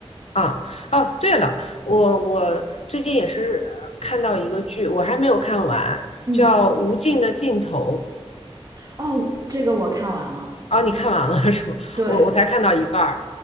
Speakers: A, on the left; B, on the right.
A: 啊哦，对了，我我最近也是看到一个剧，我还没有看完，
B: 嗯，
A: 叫《无尽的尽头》
B: 哦，这个我看完了，
A: 啊，你看完了是不？
B: 对，
A: 我我才看到一半儿，